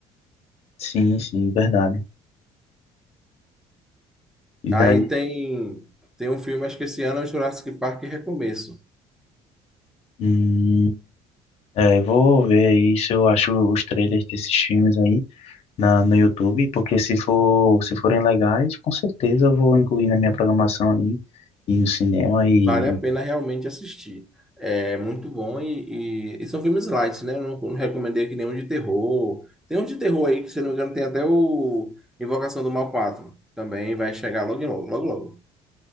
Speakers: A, on the left; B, in the centre.
A: Sim, sim, verdade. E
B: Aí
A: daí?
B: tem tem um filme, acho que esse ano é o Jurassic Park Recomeço.
A: Hum, é, vou ver aí se eu acho os trailers desses filmes aí. na, no YouTube, porque se for, se forem legais, com certeza eu vou incluir na minha programação aí, e no cinema e...
B: Vale a pena realmente assistir. É muito bom e, e- e são filmes light, né? Eu Não, não recomendei aqui nenhum de terror. Tem um de terror aí que, se não me engano, tem até o Invocação do Mal quatro Também vai chegar logo, em logo, logo, logo.